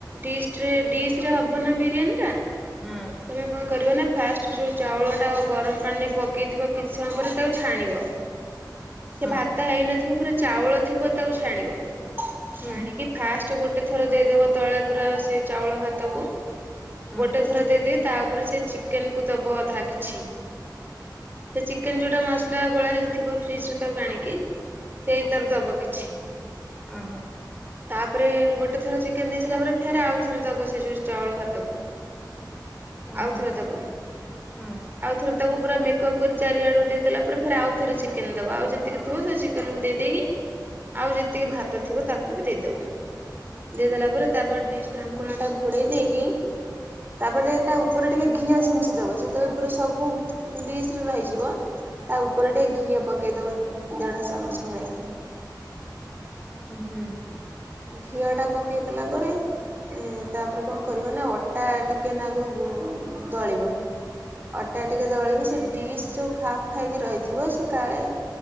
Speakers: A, on the right; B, in the centre.
A: ଡିସ ରେ ଡିସ ରେ ହବ ନା ବିରିୟାନୀ ଟା।
B: ହଁ।
A: ତମେ କଣ କରିବ ନା ଫାଷ୍ଟ ଯୋଉ ଚାଉଳ ଟା ଗରମ ପାଣିରେ ପକେଇ ଥିବ କିଛି ସମୟ ପରେ ତାକୁ ଛାଣିବ। ସେ
B: ହଁ
A: ଭାତ ହେଇନଥିବ ପୁରା ଚାଉଳ ଥିବ ତାକୁ ଛାଣିବ। ଛାଣିକି
B: ହୁଁ
A: ଫାଷ୍ଟ ଗୋଟେ ଥର ଦେଇଦବା ତଳେ ପୁରା ସେଇ ଚାଉଳ ଭାତକୁ
B: ହଁ
A: ଗୋଟେ ଥର ଦେଇ ଦେଇ ତା ଓପରେ ସେ ଚିକେନ କୁ ଦବ ଅଧା କିଛି ସେ ଚିକେନ ଯୋଉଟା ମସଲା ଗୋଳା ହେଇକିଥିବ ଫ୍ରିଜ ରେ ତାକୁ ଆଣିକି ସେଇ ତାରୁ ଦବ କିଛି
B: ହଁ ହଁ।
A: ତାପରେ ଗୋଟେ ଥର ଚିକେନ ଦେଇ ସାରିଲା ପରେ ଫେରେ ଆଉ ଥର ଦବ ସେଇ ଯୋଉ ଚାଉଳ ଭାତକୁ।
B: ଓହୋ
A: ଆଉଥରେ ଦବ।
B: ହଁ
A: ଆଉ ଥରେ ତାକୁ ପୁରା ମେକପ୍ କରି ଚାରିଆଡକୁ ଦେଇଦେଲା ପରେ ଆଉ ଥରେ ଚିକେନ ଦବା ଆଉ ଯେତିକି ଥିବ ସେ ଚିକେନକୁ ଦେଇଦେଇକି ଆଉ ଯେତିକି ଭାତ ଥିବ ତା କୁ ବି ଦେଇଦବ ଦେଇଦେଲା ପରେ ତାପରେ ଡିସ୍ ଢାଙ୍କୁଣା ଟା ଘୋଡେଇ ଦେଇକି ତାପରେ ତା ଉପରେ ଟିକେ ଘିଅ ଛିଞ୍ଚିଦବ ଯେତେବେଳେ ପୁରା ସବୁ ଡିସ୍ ରେ ରହିଯିବ ତା ଉପରେ ଟିକେ ଘିଅ ପକେଇଦବ ଦେଢ ଚାମଚ ଭଳିଆ
B: ହୁଁ ହୁଁ।
A: ଘିଅ ଟା ପକେଇ ଦେଲା ପରେ ତାପରେ କଣ କରିବ ନା ଅଟା ଟିକେ ନାଗୁ ଦଳିବ ଅଟା ଟିକେ ଦଳିକି ସେ ଡିସ୍ ଯୋଉ ଖାପ ଖାଇକି ରହିଥିବ ସେ କାଳେ